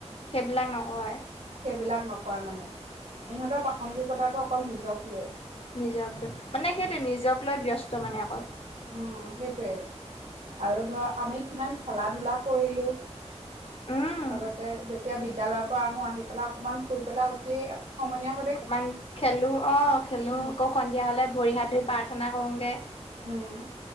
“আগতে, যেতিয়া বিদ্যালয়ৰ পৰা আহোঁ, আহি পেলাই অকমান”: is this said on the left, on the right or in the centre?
Right